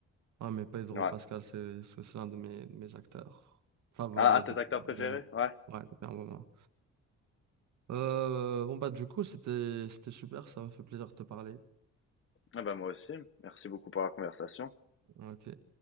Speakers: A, on the right; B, on the left.
A: Ouais, mais Pedro
B: Ouais.
A: Pascal, c'est, c'est c'est l'un de mes, de mes acteurs favoris
B: Ah, ah, tes
A: depuis
B: acteurs
A: un
B: préférés?
A: moment.
B: Ouais.
A: Ouais, depuis un moment. Euh, bon bah du coup, c'était, c'était super. Ça m'a fait plaisir de te parler.
B: Ah bah moi aussi. Merci beaucoup pour la conversation.
A: Ok.